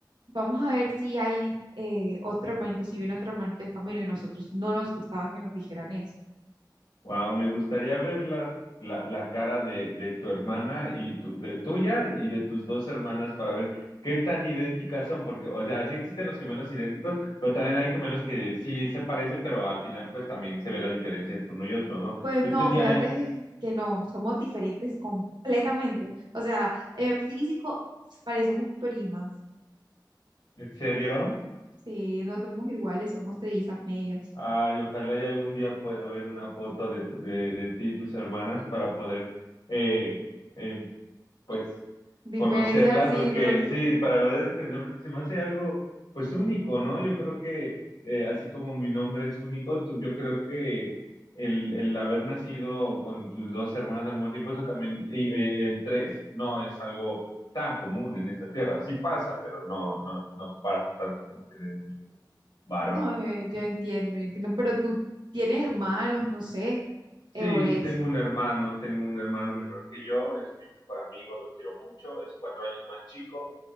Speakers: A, on the right; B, on the left.
A: vamos a ver si hay eh, otro hermanito, si viene otro hermanito en camino. Y nosotros no nos gustaba que nos dijeran eso.
B: Wow, me gustaría ver la, la, la cara de, de tu hermana y tu, de tuya y de tus dos hermanas para ver qué tan idénticas son, porque, o sea, sí existen los gemelos idénticos, pero también hay gemelos que sí se parecen, pero al final pues también se ve la diferencia entre uno y otro, ¿no?
A: Pues
B: Yo
A: no,
B: tenía,
A: fíjate que no, somos diferentes completamente. O sea, en físico parecemos primas.
B: ¿en serio?
A: Sí, no somos iguales, somos trillizas medias.
B: Ay, ojalá y algún día pueda ver una foto de, tu- de, de ti y tus hermanas para poder eh, eh, pues,
A: Diferenciar,
B: conocerlas,
A: sí,
B: porque
A: conocer.
B: sí, para ver la diferencia, porque se me hace algo, pues, único, ¿no? Yo creo que, eh, así como mi nombre es único, tú- yo creo que el, el haber nacido con tus dos hermanas al mismo tiempo, eso también, y, eh, eh, tres, no es algo tan común en esta tierra. Sí pasa, pero no, no, no pasa tanto como tener un hijo varón.
A: No, eh, yo entiendo, yo entiendo. Pero tú tienes hermanos, no sé,
B: Sí,
A: eh, o eres.
B: sí tengo un hermano, tengo un hermano menor que yo, es mi mejor amigo, lo quiero mucho, es cuatro años más chico.